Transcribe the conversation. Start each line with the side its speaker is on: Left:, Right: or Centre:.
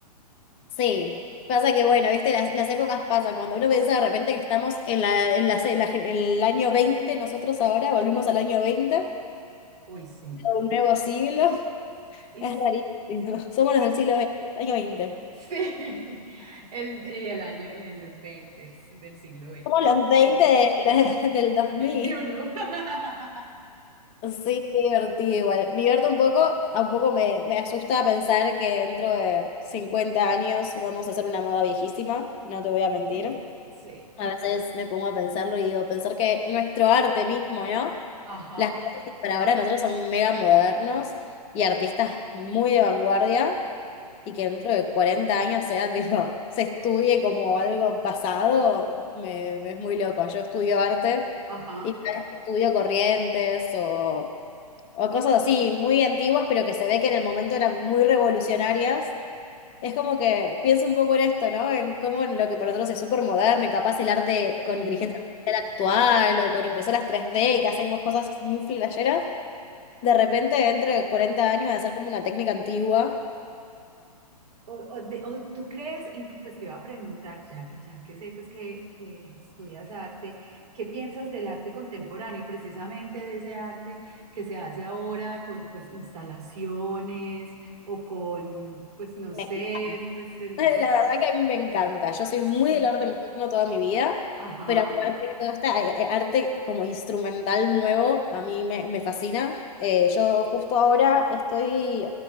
Left: Sí. Pasa que, bueno, viste, las, las épocas pasan. Cuando uno piensa de repente que estamos en la, en la- en la gen- el año veinte nosotros ahora volvimos al año veinte
Right: Uy, sí.
Left: un nuevo siglo.
Right: Y,
Left: Es
Right: s-
Left: rarísimo. Somos los
Right: y-
Left: del siglo veinte año veinte
Right: sí, <laughs> el, y el año y en los veinte del siglo 20
Left: Somos los 20
Right: 20
Left: del, <laughs> del dos
Right: del veintiuno
Left: mil
Right: <laughs>
Left: Sí, qué divertido igual. Me divierto un poco, a un poco me, me asusta pensar que dentro de 50 años vamos a hacer una moda viejísima, no te voy a mentir.
Right: Sí, sí.
Left: A veces me pongo a pensarlo y digo, pensar que nuestro arte mismo, ¿no?
Right: Ajá,
Left: Las cosas que para ahora nosotros son mega modernos y artistas muy de vanguardia y que dentro de 40 años sea <laughs> tipo, se estudie como algo pasado, me, me es muy loco. Yo estudio arte
Right: ajá.
Left: y cada vez que estudio corrientes o, o cosas así muy antiguas, pero que se ve que en el momento eran muy revolucionarias es como que pienso un poco en esto, ¿no? En cómo lo que para nosotros es súper moderno y capaz el arte
Right: Sí.
Left: con inteligencia artificial actual o con impresoras 3D, que hacemos cosas muy flasheras, de repente dentro de 40 años va a ser como una técnica antigua.
Right: O, o de- o tú crees, inclu- pues te iba a preguntar ya, y ya que sé pues que, que estudias arte, ¿qué piensas del arte contemporáneo, precisamente de ese arte que se hace ahora con pues instalaciones o con, pues no sé,
Left: Me encanta. <laughs>
Right: pues el- es,
Left: La verdad que a mí me encanta. Yo soy
Right: sí,
Left: muy del arte moderno toda mi vida,
Right: ajá,
Left: pero aparte todo este eh, eh, arte como instrumental nuevo a mí me, me fascina. Eh, yo justo ahora estoy...